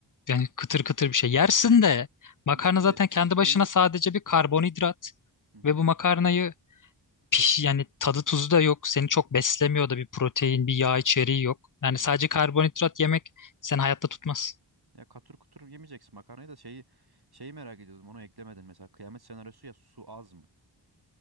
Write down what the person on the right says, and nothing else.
Şimdi
şeyi
Hı hı,
hı hı.
ya katır kutur yemeyeceksin makarnayı da şeyi şeyi merak ediyordum onu eklemedin mesela kıyamet senaryosu ya su az mı?